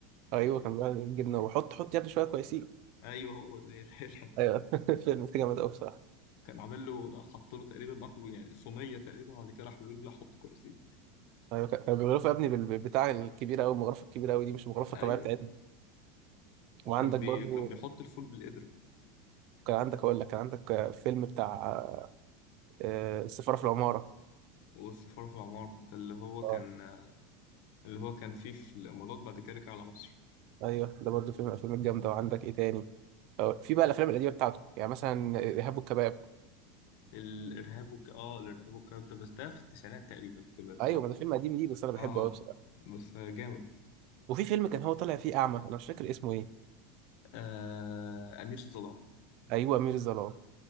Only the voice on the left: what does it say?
مش عارف
ايه
ايوه
ايوه هو ده <laughs> يلحق
كان عامل له حط له تقريبا اكبر يعني صينيه تقريبا بعد كده راح بيقول له لا حط كويسين
ايوه
وكان بي...
كان بيحط الفول بالقدر
والسفارة في العمار ده اللي هو
كان اللي هو كان فيه في الإمارات بعد كده رجع على مصر
الإرهاب وك... آه الإرهاب والكلام ده بس ده في التسعينات تقريبا الفيلم ده
صح؟
آه
بس جامد
آه أمير الظلام